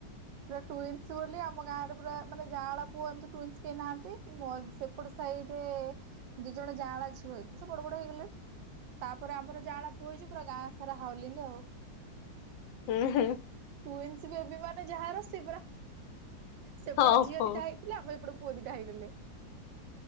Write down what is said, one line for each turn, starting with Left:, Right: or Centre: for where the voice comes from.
Right: ପୁରା ଟୁଇନ୍ସ ବୋଲି ଆମ ଗାଁରେ ପୁରା ମାନେ ଯାଁଆଳା ପୁଅ ଏମିତି ଟୁଇନ୍ସ କେ ନାହାନ୍ତି ଏପଟ ସାହିରେ ଦି ଜଣ ଯାଆଁଳା ଝିଅ ହେଇଥିଲେ ସେ ବଡ ବଡ ହେଇଗଲେ। ତାପରେ ଆମର ଜାହାଳ ପୁଅ ହେଇଛି ପୁରା ଗାଁ ସାରା ହାଉଲିି ଆଉ
Left: ହୁଁ ହୁଁ।
Right: ଟୁଇନ୍ସ ବେବି ମାନେ ଯାହାର ସେ ସେପଟେ
Left: ହଁ
Right: ଝିଅ
Left: ହଁ।
Right: ଦିଟା ହେଇ ଆମ ଏଟ ପୁଅ ଦିଟା ହେଇଗଲେ।